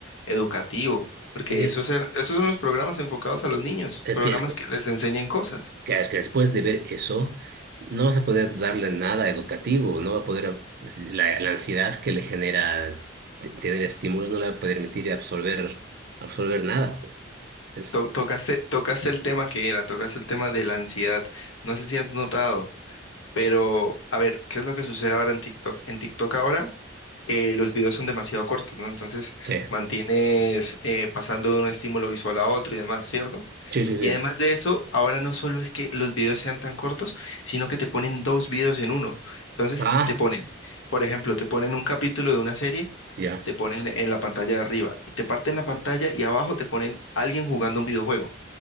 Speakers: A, on the left; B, on the right.
A: educativo, porque
B: Y
A: esos, er- esos son los programas enfocados a los niños,
B: Es
A: programas
B: que, es que
A: que les enseñen cosas.
B: Claro, es que después de ver eso, no vas a poder darle nada educativo, no va a poder, pues, la, la ansiedad que le genera t- tener estímulos no le va a permitir absorber, absorber nada, pues. Es,
A: To- Tocaste, tocaste el tema que era, tocaste el tema de la ansiedad. No sé si has notado. Pero, a ver, ¿qué es lo que sucede ahora en TikTok? En TikTok ahora eh, los videos son demasiado cortos, ¿no? Entonces
B: sí,
A: mantienes eh, pasando de un estímulo visual a otro y demás, ¿cierto?
B: sí, sí,
A: Y
B: sí.
A: además de eso, ahora no solo es que los videos sean tan cortos, sino que te ponen dos videos en uno. Entonces
B: Ah,
A: te ponen, por ejemplo, te ponen un capítulo de una serie,
B: ya.
A: te ponen en la pantalla de arriba y te parten la pantalla y abajo te ponen alguien jugando un videojuego.